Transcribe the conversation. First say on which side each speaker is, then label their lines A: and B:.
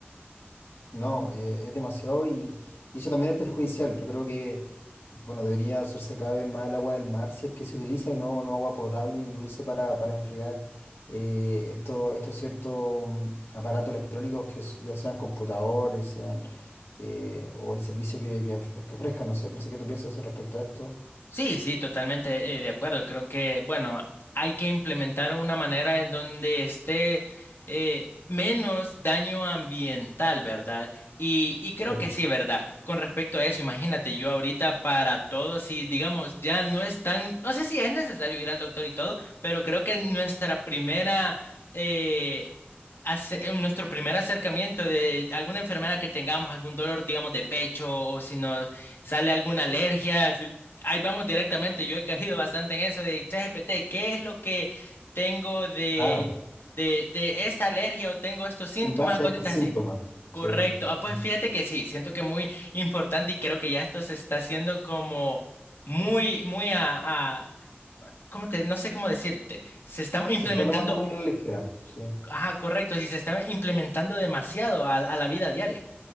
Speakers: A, on the left (about 85°); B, on the left (about 60°).
A: No, eh, es demasiado y, y eso también es perjudicial. Yo creo que, bueno, debería usarse cada vez más el agua del mar si es que se utiliza y no, no agua potable ni dulce para, para enfriar eh, esto- estos ciertos mm, aparatos electrónicos que s- ya sean computadores, sean eh, o el servicio que, que of- que ofrezcan. No sé, no sé qué tú piensas respecto a esto.
B: Sí, sí, totalmente eh, de acuerdo. Creo que, bueno, hay que implementar una manera en donde esté eh, menos daño ambiental, ¿verdad? Y, y creo
A: Sí,
B: que sí, ¿verdad? Con respecto a eso, imagínate yo ahorita para todos, si digamos, ya no es tan, o sea, sí es necesario ir al doctor y todo, pero creo que nuestra primera... eh, ace- eh, nuestro primer acercamiento de alguna enfermedad que tengamos, algún dolor, digamos, de pecho, o si nos sale alguna alergia, Ahí vamos directamente. Yo he caído bastante en eso de ChatGPT. ¿Qué es lo que tengo de,
A: claro,
B: de, de esta alergia o tengo estos síntomas,
A: en base
B: cositas
A: a estos síntomas.
B: así? Correcto.
A: Sí.
B: Ah, pues
A: sí.
B: fíjate que sí, siento que muy importante y creo que ya esto se está haciendo como muy, muy a, a- ¿cómo te, no sé cómo decirte? Se está implementando,
A: Se está tomando muy a la ligera. Sí.
B: ajá, correcto, sí, se está implementando demasiado a a la vida diaria.